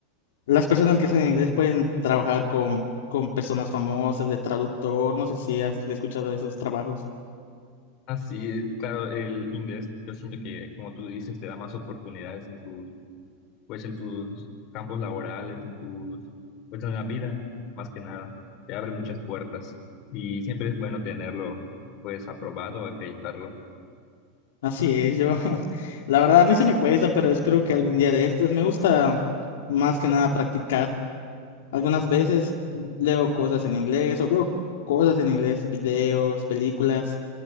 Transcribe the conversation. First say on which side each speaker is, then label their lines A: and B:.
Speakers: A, on the left; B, on the left.
A: las personas que saben inglés pueden trabajar con, con personas famosas de traductor, no sé si has escuchado de esos trabajos.
B: Así, claro, el inglés, yo siento que, como tú dices, te da más oportunidades en tu pues en tus campos laborales, en tus, pues en la vida, más que nada, te abre muchas puertas y siempre es bueno tenerlo, pues aprobado o acreditarlo.
A: Así es, yo, <laughs> la verdad a mí se me cuesta, pero espero que algún día de estos me gusta más que nada practicar. Algunas veces leo cosas en inglés o veo cosas en inglés, videos, películas,